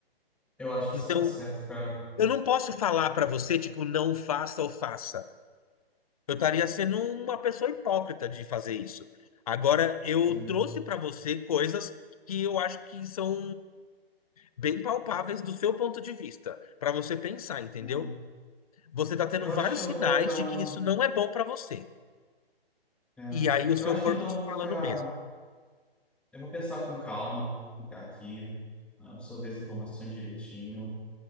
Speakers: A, in the centre; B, on the left.
A: Eu acho que
B: Então,
A: você tá certo, cara.
B: eu não posso falar pra você, tipo, não faça ou faça. Eu estaria sendo uma pessoa hipócrita de fazer isso. Agora, eu
A: Sim.
B: trouxe pra você coisas que eu acho que são bem palpáveis do seu ponto de vista, para você pensar, entendeu?
A: É.
B: Você está tendo
A: Eu
B: vários
A: acho que eu
B: sinais
A: vou então.
B: de que isso não é bom para você.
A: é.
B: E aí o seu
A: Eu acho
B: corpo
A: que então
B: te
A: eu vou
B: falando
A: ficar.
B: mesmo.
A: Eu vou pensar com calma, ficar aqui, ah, absorver as informações direitinho.